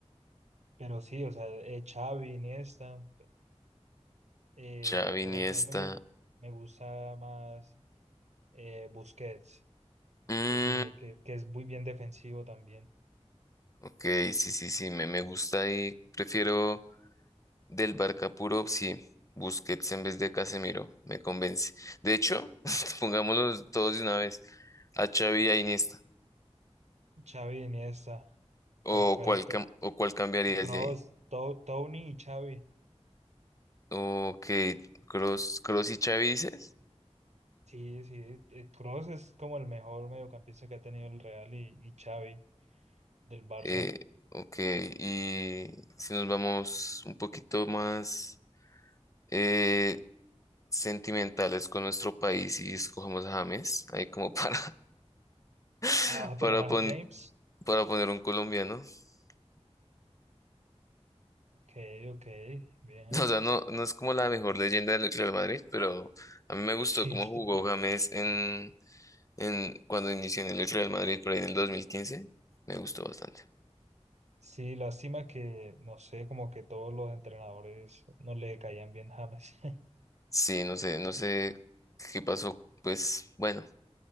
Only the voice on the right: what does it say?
pero sí, o sea, eh, Xavi, Iniesta. Eh,
pero
sí, a mí me, gus- me gusta más eh, Busquets,
ese que, que es muy bien defensivo también.
Xavi Iniesta,
perfecto.
Kroos,
To- Tony y Xavi.
Sí, sí, eh, Kroos es como el mejor mediocampista que ha tenido el Real y, y Xavi del Barça.
Ah, ¿vas a poner
a
James?
Ok, ok, bien.
<laughs>
Sí,
t-
sí, lástima que, no sé, como que todos los entrenadores no le caían bien James. <laughs>